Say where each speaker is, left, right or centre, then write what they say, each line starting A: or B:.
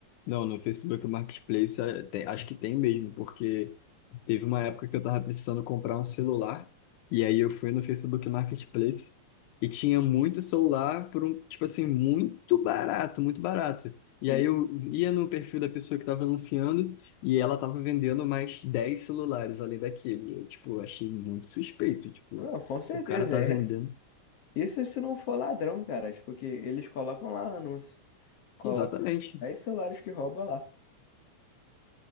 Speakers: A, on the left; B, on the left.
A: Não, no Facebook Marketplace é, tem- acho que tem mesmo, porque teve uma época que eu tava precisando comprar um celular, e aí eu fui no Facebook Marketplace e tinha muito celular por um, tipo assim, muito barato, muito barato.
B: Sim.
A: E aí eu ia no perfil da pessoa que tava anunciando e ela tava vendendo mais 10 celulares além daquele. E, eu, tipo, achei muito suspeito, tipo,
B: Não, com certeza
A: o cara tá
B: é.
A: vendendo.
B: Isso se não for ladrão, cara, tipo, porque eles colocam lá o anúncio. Colocam
A: Exatamente.
B: 10 celulares que rouba lá.